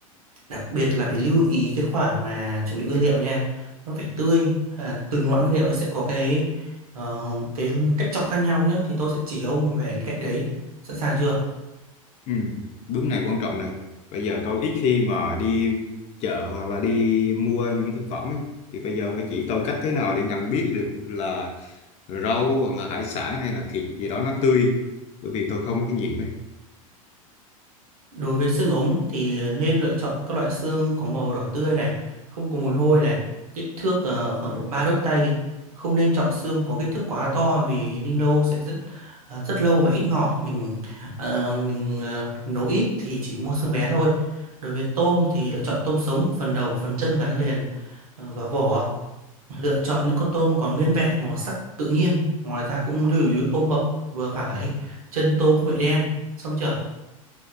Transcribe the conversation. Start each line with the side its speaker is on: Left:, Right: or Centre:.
Right: đặc biệt là phải lưu ý cái khoản mà chuẩn bị nguyên liệu nha. Nó phải tươi, à, từng loại nguyên liệu sẽ có cái ờ, cái cách chọn khác nhau nhé thì tôi sẽ chỉ ông về cách đấy. Sẵn sàng chưa?
Left: Ừ, bước này quan trọng này. Bây giờ tôi ít khi mà đi chợ hoặc là đi mua những thực phẩm ấy. Thì bây giờ mới chỉ tôi cách thế nào để nhận biết được là rau hoặc là hải sản hay là thịt gì đó nó tươi. Bởi vì tôi không có kinh nghiệm ấy.
Right: Đối với xương ống thì nên lựa chọn các loại xương có màu đỏ tươi này, không có mùi hôi này, kích thước ờ, khoảng độ 3 đốt tay. Không nên chọn xương có kích thước quá to vì ninh lâu sẽ rất ờ, rất lâu và ít ngọt. Mình ờ, mình ờ, nấu ít thì chỉ mua xương bé thôi. Đối với tôm thì lựa chọn tôm sống, phần đầu, phần chân gắn liền ờ, vào vỏ. Lựa chọn những con tôm còn nguyên vẹn màu sắc tự nhiên. Ngoài ra cũng lưu ý tôm mập vừa phải, chân tôm không bị đen. Xong chưa?